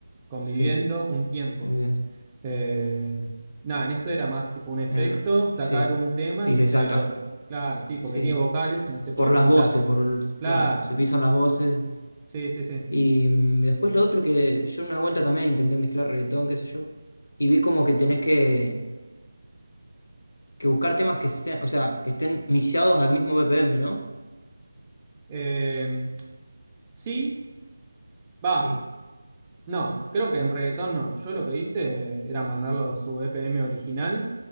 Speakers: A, on the right; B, on the left.
A: conviviendo
B: Sí,
A: un tiempo.
B: muy bien.
A: Eh, nada, en esto era más tipo un efecto,
B: El r-
A: sacar
B: sí.
A: un tema
B: Y
A: y meter
B: se saca.
A: el otro. Claro, sí, porque
B: Sí.
A: tiene vocales y no se pueden
B: Por las
A: pisar.
B: voces, por el-
A: Claro,
B: claro, se pisan las voces.
A: sí, sí, sí.
B: Y mm, después lo otro que yo una vuelta también intenté mezclar reggaetón, qué sé yo. Y vi como que tenés que que buscar temas que sean, o sea, que estén mixeados al mismo BPM, ¿no?
A: Eh, sí, va.
B: Sí,
A: No, creo que en reggaetón no. Yo lo que hice era mandarlo su EPM original